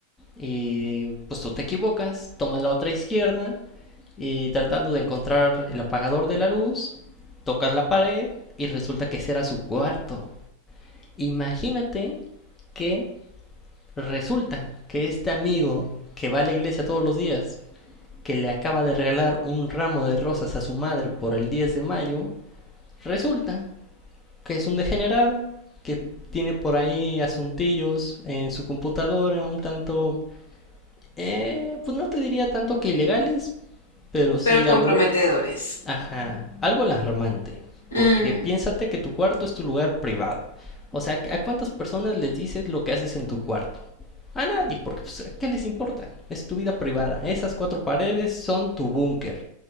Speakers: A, on the left; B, on the left.
A: Y pues tú te equivocas, tomas la otra izquierda y tratando de encontrar el apagador de la luz, tocas la pared y resulta que ese era su cuarto. Imagínate que resulta que este amigo que va a la iglesia todos los días, que le acaba de regalar un ramo de rosas a su madre por el 10 de mayo, resulta que es un degenerado, que tiene por ahí asuntillos en su computadora, un tanto, eh, pues no te diría tanto que ilegales, pero sí
B: Pero comprometedores.
A: algo, ajá, algo alarmante,
B: Mm,
A: porque piénsate que tu cuarto es tu lugar privado. O sea, ¿a cuántas personas les dices lo que haces en tu cuarto? A nadie, porque pues, ¿qué les importa? Es tu vida privada. Esas cuatro paredes son tu búnker.